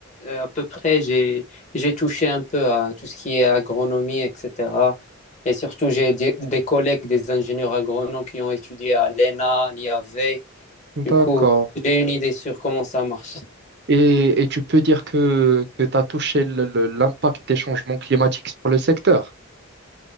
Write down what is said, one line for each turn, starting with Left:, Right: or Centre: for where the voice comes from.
Left: euh, à peu près, j'ai, j'ai touché un peu à tout ce qui est agronomie, etc. Et surtout, j'ai des, des collègues, des ingénieurs agronomes qui ont étudié à l'ENA, l'IAV.
Right: D'accord.
Left: Du coup, j'ai une idée sur comment ça marche.
Right: Et, et tu peux dire que, que tu as touché le- le- l'impact des changements climatiques sur le secteur.